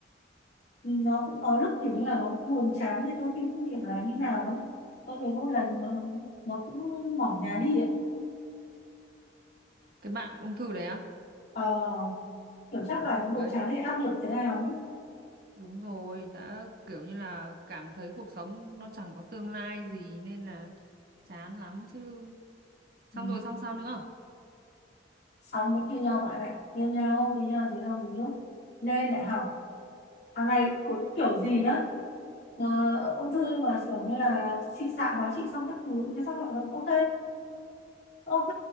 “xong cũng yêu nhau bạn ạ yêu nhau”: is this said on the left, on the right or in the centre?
Left